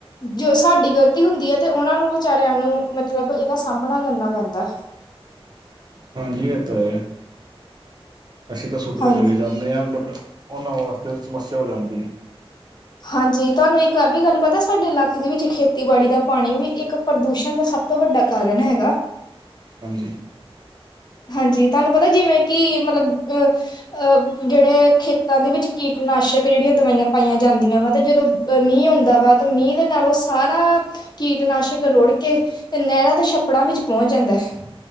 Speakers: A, on the left; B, on the right.
A: ਜੋ ਸਾਡੀ ਗ਼ਲਤੀ ਹੁੰਦੀ ਹੈ ਤੇ ਉਹਨਾਂ ਨੂੰ ਵਿਚਾਰਿਆਂ ਮਤਲਬ ਇਹਦਾ ਸਾਹਮਣਾ ਕਰਨਾ ਪੈਂਦਾ।
B: ਹਾਂਜੀ ਇਹ ਤਾਂ ਹੈ। ਅਸੀਂ ਤਾਂ ਸੁੱਟ ਕੇ
A: ਹਾਂਜੀ
B: ਚਲੇ ਜਾਂਦੇ ਆ ਬਟ ਉਹਨਾਂ ਵਾਸਤੇ ਸਮੱਸਿਆ ਹੋ ਜਾਂਦੀ ਹੈ।
A: ਹਾਂਜੀ ਤੁਹਾਨੂੰ ਇੱਕ ਇਹ ਵੀ ਗੱਲ ਪਤਾ ਸਾਡੇ ਇਲਾਕੇ ਦੇ ਵਿੱਚ ਖੇਤੀਬਾੜੀ ਦਾ ਪਾਣੀ ਵੀ ਇੱਕ। ਪ੍ਰਦੂਸ਼ਣ ਦਾ ਸਭ ਤੋਂ ਵੱਡਾ ਕਾਰਨ ਹੈਗਾ।
B: ਹਾਂਜੀ।
A: ਹਾਂਜੀ। ਤੁਹਾਨੂੰ ਪਤਾ ਜਿਵੇਂ ਕਿ ਮਤਲਬ ਅਹ ਜਿਹੜੇ ਖੇਤਾਂ ਦੇ ਵਿੱਚ ਕੀਟਨਾਸ਼ਕ। ਜਿਹੜੀਆਂ ਦਵਾਈਆਂ ਪਾਈਆਂ ਜਾਂਦੀਆਂ ਵਾ ਤੇ ਜਦੋਂ ਮੀਂਹ ਹੁੰਦਾ ਵਾ ਤੇ ਮੀਂਹ ਦੇ ਨਾਲ ਉਹ ਸਾਰਾ। ਕੀਟਨਾਸ਼ਕ ਰੁੜ ਕੇ ਤੇ ਨਹਿਰਾਂ ਤੇ ਛੱਪੜਾਂ ਵਿੱਚ ਪਹੁੰਚ ਜਾਂਦਾ ਹੈ।